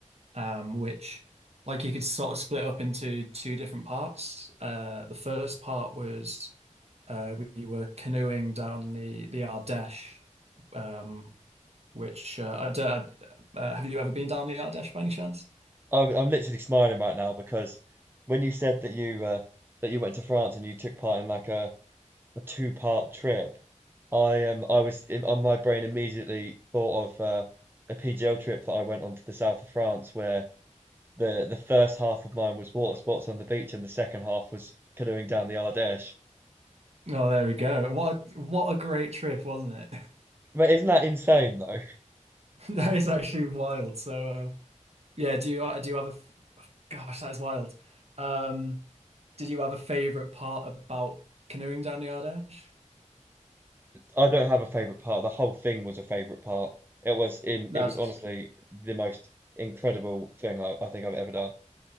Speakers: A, on the right; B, on the right.
A: um, which like you could sort of split up into two different parts. Uh, the first part was uh we, were canoeing down the the Ardèche, um, which uh, I don't, I- uh, have you ever been down the Ardèche by any chance?
B: I'm I'm literally smiling right now because when you said that you uh, that you went to France and you took part in like a, a two part trip, I um I was in, on my brain immediately thought of uh, a PGL trip that I went on to the south of France where the the first half of mine was water sports on the beach, and the second half was canoeing down the Ardèche.
A: Oh, there we go. What what a great trip, wasn't it?
B: But isn't that insane though?
A: <laughs> That is actually wild. So, uh, Yeah, do you do you have a f- gosh, that is wild. Um, did you have a favorite part about canoeing down the Ardèche?
B: I don't have a favorite part. The whole thing was a favorite part. It was in.
A: That's
B: It was honestly the most incredible thing I, I think I've ever done.